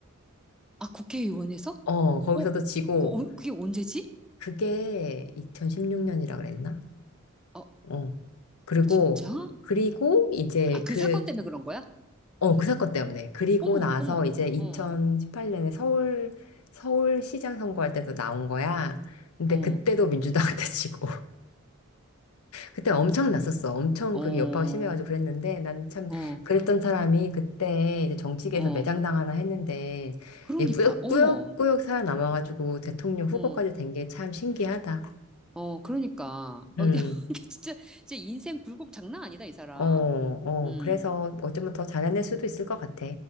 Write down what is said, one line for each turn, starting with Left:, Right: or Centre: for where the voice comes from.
Centre: 아, 국회의원에서?
Left: <laughs> 어 거기서도
Centre: 어,
Left: 지고
Centre: 그, 언- 그게 언제지?
Left: 그게 2016년이라 그랬나
Centre: 어,
Left: 어. 그리고,
Centre: 진짜?
Left: 그리고 이제
Centre: 아, 그
Left: 그,
Centre: 사건 때문에 그런 거야?
Left: 어, 그 사건 때문에. 그리고
Centre: 어머,
Left: 나서
Centre: 어머,
Left: 이제 2018년에
Centre: 어,
Left: 서울, 서울시장 선거할 때도 나온 거야. 근데
Centre: 어,
Left: 그때도 민주당한테 <laughs> 지고. 그때 엄청 났었어. 엄청
Centre: 어,
Left: 그게 여파가 심해가지고 그랬는데 난 참
Centre: 어,
Left: 그랬던 사람이 그때 이제 정치계에서
Centre: 어.
Left: 매장당하나 했는데
Centre: 그러니까,
Left: 얘 꾸역꾸역꾸역
Centre: 어머,
Left: 살아남아가지고 대통령 후보까지
Centre: 어,
Left: 된 게 참 신기하다.
Centre: 어, 그러니까. 어,
Left: 음,
Centre: <laughs> 이게 진짜, 진짜 인생 굴곡 장난 아니다, 이 사람.
Left: 어, 어.
Centre: 음,
Left: 그래서 어쩌면 더 잘해낼 수도 있을 것 같아.